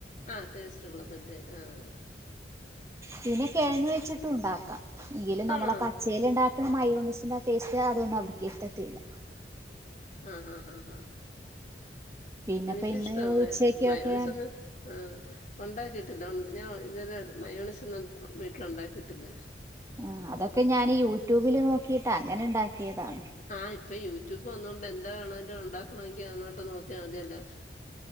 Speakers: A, on the left; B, on the right.
A: ആഹ ടേസ്റ്റ് ഉള്ളതല്ലെ ആഹ്
B: പിന്നെ കിഴങ്ങ് വെച്ചിട്ടും ഉണ്ടാക്കാം എങ്കിലും നമ്മള
A: ആണോ
B: പച്ചൽ ഉണ്ടാക്ക മയൂണിസിൻ്റെ ടേസ്റ്റ് അതൊന്നും അവടക്ക് എത്തത്തില്ല
A: ആഹ് ആഹ് ഹഹ
B: പിന്നെപ്പ
A: എനിക്ക്
B: ഇന്ന്
A: ഇഷ്ട
B: ഉച്ചക്കൊക്കെ
A: മായോണി സ് ന്ന് ആഹ് ഉണ്ടാക്കിട്ടില്ല ഞാൻ ഇതല്ല മയോണിസ് ഒന്നും വീട്ടില് ഉണ്ടാക്കിയിട്ടില്ല
B: ആ അതൊക്കെ ഞാന് യൂട്യൂബിൽ നോക്കിട്ട് അങ്ങനെ ഉണ്ടാക്കിയതാണ്
A: ആഹ് ഇപ്പൊ യൂട്യൂബ് വന്നുകൊണ്ട് എന്താണോ ഉണ്ടാക്കണമെങ്ക അഅോട്ട് നോക്കിയാൽമതീല്ല